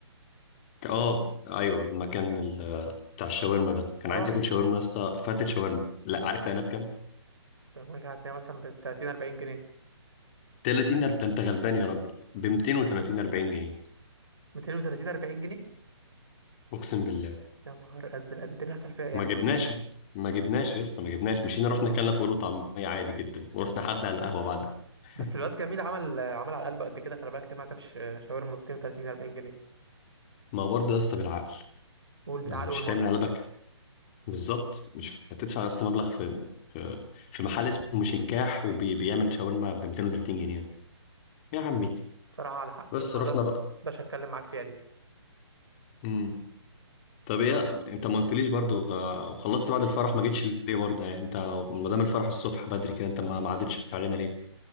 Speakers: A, on the left (about 25°); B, on the right (about 65°).
A: اه ايوه المكان ال- بتاع الشاورما
B: اه
A: ده كان
B: اه.
A: عايز ياكل شاورما يا اسطى فاتت شاورما لا عارف لقينا بكام
B: لما رجعت هتلاقي مثلا ب 30 40 جنيه
A: 30 ده ده انت غلبان يا راجل ب 230 40 جنيه
B: 230 40 جنيه
A: اقسم بالله
B: يا نهار ازرق ده تاني هصل فيها ايه يا
A: ما
B: عم
A: جبناش ما جبناش يا اسطى ما جبناش مشينا رحنا اكلنا فول وطعميه عادي جدا ورحنا قعدنا على القهوه بعدها
B: بس
A: <laughs>
B: الواد جميل عمل عمل على قلبه قد كده خلي بالك ليه ما جابش شاورما ب 230 40 جنيه
A: ما هو برضه يا اسطى بالعقل
B: قول بالعقل
A: ما مش
B: والمنطق
A: هتعمل على بالظبط مش هتدفع اصلا مبلغ في في في محل اسمه مشنكاح وبيعمل شاورما ب 230 جنيه يا عمي
B: بصراحه على حق
A: بس
B: ما
A: رحنا
B: ده
A: بقى
B: ده هتكلم معاك فيها دي
A: امم طب ايه انت ما قلتليش برضو غ- وخلصت بعد الفرح ما جيتش ليه برضه يعني انت ما دام الفرح الصبح بدري كده انت ما ما عدتش علينا ليه